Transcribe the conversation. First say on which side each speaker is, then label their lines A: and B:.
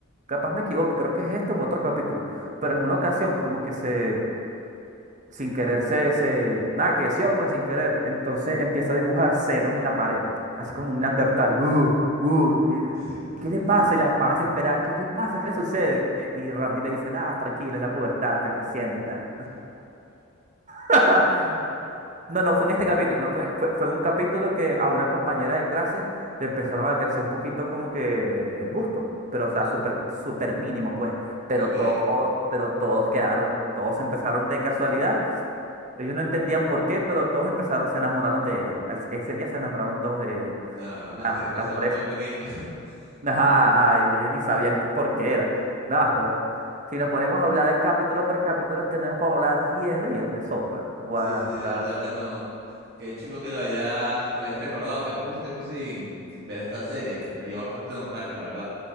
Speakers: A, on the right (about 35°); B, on the right (about 50°).
A: Capaz me equivoco, creo que es este u otro capítulo, pero en una ocasión como que se... Sin querer se... se nada, que sí, pues sin querer. Entonces empieza a dibujar senos en la pared, así como un neandertal. Uh, uh, y dice,
B: <laughs>
A: ¿qué le pasa? Y la mamá se espera, ¿qué le pasa? ¿Qué le sucede? Y Randy le dice, nada, tranquilo, es la pubertad, está creciendo y tal. <laughs> No, no fue en este capítulo, no fue, fue, fue en un capítulo que a una compañera de clase le empezaron a crecer un poquito como que el busto, pero o sea,
B: O-
A: súper, súper mínimo, pues, pero
B: Ok,
A: todo, pero todos quedaron, todos empezaron de casualidad, ellos no entendían por qué, pero todos empezaron, se enamoraron de ella, al- ese día se enamoraron todos de ella,
B: ah,
A: y claro,
B: así le
A: era
B: pasaba
A: por
B: a
A: eso,
B: uno de pequeño. <laughs>
A: <laughs> ajá, ajá, y ellos ni sabían qué- por qué era, nada, pero si nos ponemos a hablar de capítulo por capítulo, tenemos para hablar 10 días de South Park, Guarda,
B: Sí, sí, la verdad, bueno, qué chulo que lo hayas, que lo hayas recordado. Tengo mucho tiempo sin, sin ver esta serie, me llevó bastante nostalgia, la verdad.